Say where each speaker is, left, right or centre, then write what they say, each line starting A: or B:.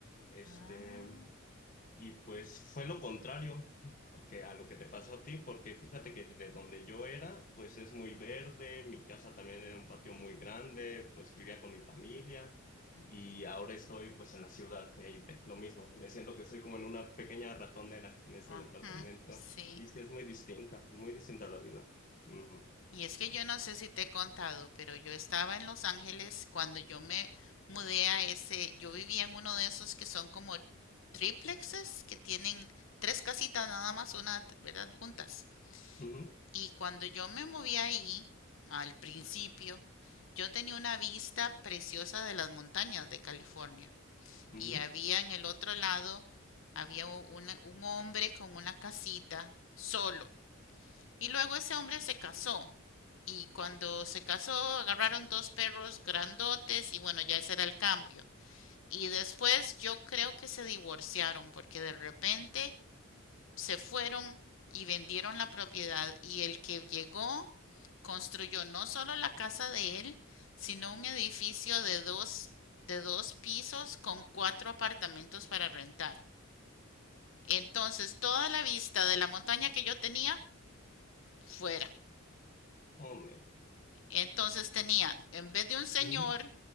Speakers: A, on the left; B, on the left.
A: este,
B: Ah,
A: y pues fue lo contrario que a lo que te pasó a ti, porque fíjate que de donde yo era, pues es muy verde, mi casa también era un patio muy grande, pues vivía con mi familia
B: ujú,
A: y ahora estoy pues en la ciudad, y ahí te- lo mismo, me siento que estoy como en una pequeña ratonera en este
B: ajá,
A: departamento
B: sí.
A: y sí es muy distinta, muy distinta la vida. Ujú,
B: Y es que yo no sé si te he contado, pero yo estaba en Los Ángeles cuando yo me mudé a ese, yo vivía en uno de esos que son como triplexes, que tienen tres casitas nada más, una, ¿verdad? Juntas.
A: ujú,
B: Y cuando yo me moví ahí, al principio, yo tenía una vista preciosa de las montañas de California.
A: ujú,
B: Y había en el otro lado, había u- una- un hombre con una casita solo Y luego ese hombre se casó. Y cuando se casó, agarraron dos perros grandotes y bueno, ya ese era el cambio. Y después yo creo que se divorciaron porque de repente se fueron y vendieron la propiedad y el que llegó construyó no solo la casa de él, sino un edificio de dos, de dos pisos con cuatro apartamentos para rentar. Entonces toda la vista de la montaña que yo tenía fuera.
A: oh, man,
B: Entonces tenía, en vez de un señor,
A: ujú,